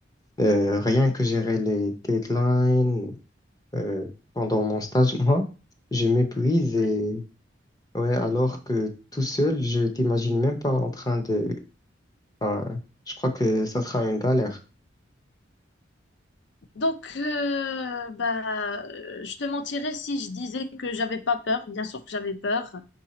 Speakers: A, on the left; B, on the left.
A: euh, rien que gérer les deadlines euh, pendant mon stage, <laughs> moi, je m'épuise
B: Ouais.
A: et ouais, alors que tout seul, je t'imagine même pas en train de. Ah, je crois que ça sera une galère.
B: Donc, euh, bah, euh, je te mentirais si je disais que j'avais pas peur. Bien sûr que j'avais peur